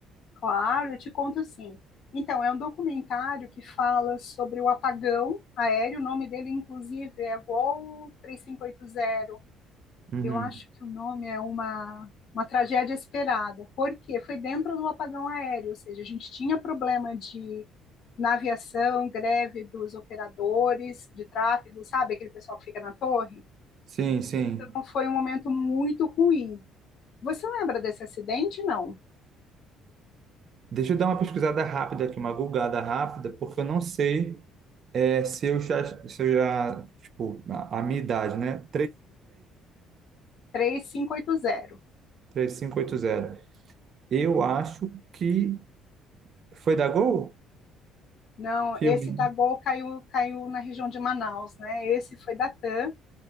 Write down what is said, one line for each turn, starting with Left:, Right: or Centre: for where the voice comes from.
Left: Claro, eu te conto sim. Então, é um documentário que fala sobre o apagão aéreo. O nome dele, inclusive, é Voo 3580.
Right: Uhum.
Left: Eu acho que o nome é uma, uma tragédia esperada. Por quê? Foi dentro do apagão aéreo, ou seja, a gente tinha problema de na aviação, greve dos operadores de tráfego, sabe? Aquele pessoal que fica na torre.
Right: Sim, sim.
Left: Então, foi um momento muito ruim. Você lembra desse acidente? Não.
Right: Deixa eu dar uma pesquisada rápida aqui, uma googada rápida, porque eu não sei é, se eu já, se eu já, tipo, a, a minha idade, né?
Left: 3580.
Right: 353? 3580. Eu acho que foi da Gol?
Left: Não,
Right: Filme.
Left: esse da Gol caiu, caiu na região de Manaus, né? Esse foi da TAM.